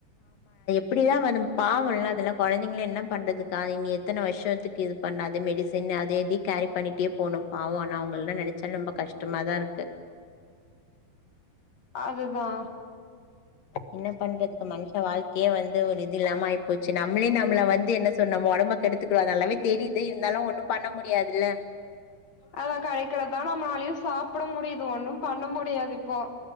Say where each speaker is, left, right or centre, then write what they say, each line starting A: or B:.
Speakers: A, on the left; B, on the left.
A: படிதா வரு பாவல்லா அதெல்லா கொழந்தைங்கள என்ன பண்றதுக்கா இனி எத்தன வருஷத்துக்கு இது பண்ணது மெடிசின் அத இதை கேரி பண்ணிட்டே போகணு பாவ ஆனா அவங்கல்லா நெனை ச்சா ரொம்ப கஷ்டமாதா இருக்கு
B: அதுதா
A: என்ன பண்றதுக்கு மனுஷ வாழ்க்கையே வந்து ஒரு இது இல்லாம ஆயிப்போச்சு நம்மளே நம்மள வந்து என்ன சொ நம்ம ஒடம்ப கெடுத்துக்கோ அது நல்லாவே தெரியுது இருந்தாலு ஒண்ணு பண்ண முடியாதுல்ல
B: அதா கெடைக்கறதா நம்மனாலயு சாப்பட முடியுது ஒண்ணும் பண்ண முடியாது இப்போ